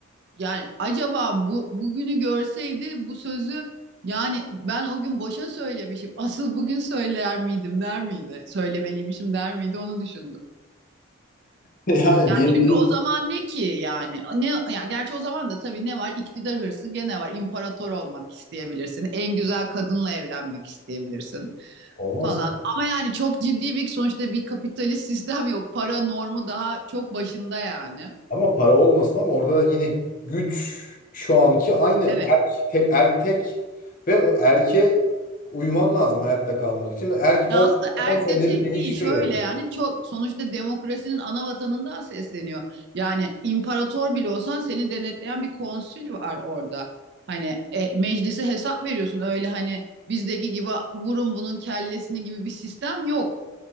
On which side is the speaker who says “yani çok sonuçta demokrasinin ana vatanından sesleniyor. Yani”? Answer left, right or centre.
Right